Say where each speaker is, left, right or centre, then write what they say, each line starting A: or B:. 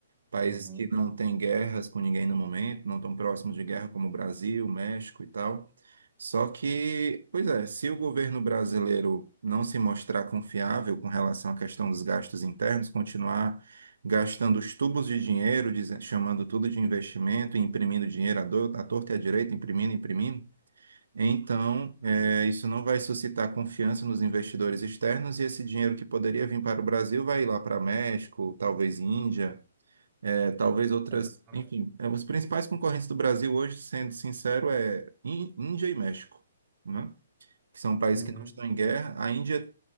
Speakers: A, on the right; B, on the right.
A: Países
B: Uhum,
A: que não têm guerras com ninguém no momento, não estão próximos de guerra, como o Brasil, México e tal. Só que, pois é, se o governo brasileiro não se mostrar confiável com relação à questão dos gastos internos, continuar gastando os tubos de dinheiro, dize- chamando tudo de investimento, e imprimindo dinheiro à, do, à torta e à direita, imprimindo, imprimindo, então é, isso não vai suscitar confiança nos investidores externos e esse dinheiro que poderia vir para o Brasil vai ir lá para México, talvez Índia é, talvez outras,
B: exatamente.
A: enfim, é, os principais concorrentes do Brasil hoje, sendo sincero, é Ín- Índia e México, né? Que são países
B: Uhum.
A: que não estão em guerra. A Índia